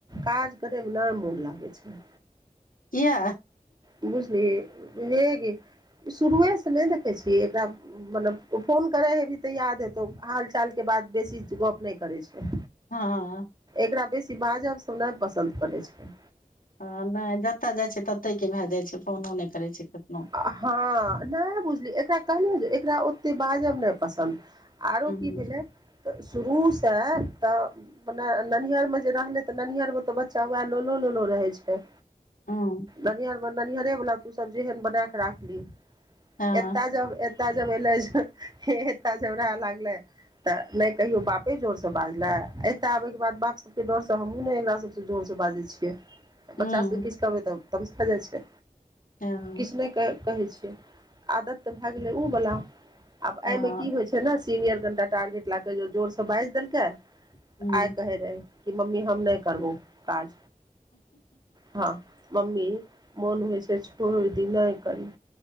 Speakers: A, on the right (about 30°); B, on the left (about 80°).
A: काज करेमे नहि मोन लागै छै
B: किया
A: बझल हेग शुरुएसँ नहि देखै छियै एकरा मतलब फोन करै हेभी तऽ याद हेतौ हाल चालके बाद बेी गप नहि करै छै।
B: हँ
A: एकरा बेसी बाजब पसन्द पड़ै छै।
B: ह नहि जतय जाइ छै। ततहि के भए जाइ छै फोनो नहि करै छै कखनो
A: हँ नहि बुझली एकरा कहलियै जे ओते बाजब नहि पसन्द आरो
B: हँ
A: की भेलै त शुरू तऽने ननहर मे जे रहले तऽ ननहर मे त चौ वा लोलो लोलो रहै छै।
B: हँ
A: ननिहरमे ननिहरे बला तू सब जेहन बना क राखली
B: हँ
A: एत जब ए जब एलै कालि जवरा लागलै तऽ नहि कहियो बापे जोर से बाजले एते आबे के बाद बाप सब के डर से हमहुू ने एकरा सब जोर से बाजै छियै
B: हँ हँ
A: बच्चा सभके किछु करबै तऽ तब भा जाइ छै।
B: हँ
A: किछु नहि कहै छियै आदत तऽ भए गेलै ओ बला आब
B: हँ
A: एहिमे की होइ छै। ने सीनियर कनटा टारगेट लऽ कऽ जोर से बाजि देलके त
B: हँ
A: आई कहे रहे कि मम्मी हम नहि करबौ काज हँ मम्मी मोन होइ छै को दिन नहि करी